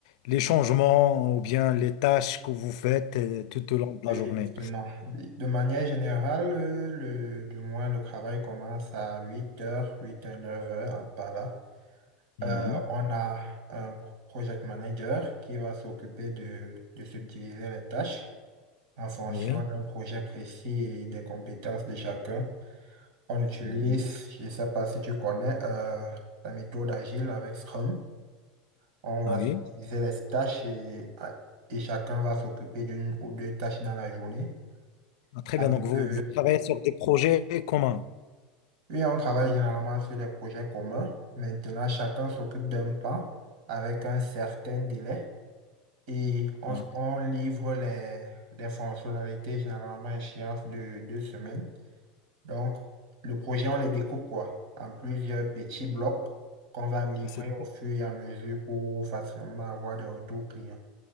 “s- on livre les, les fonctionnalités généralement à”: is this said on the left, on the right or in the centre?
Right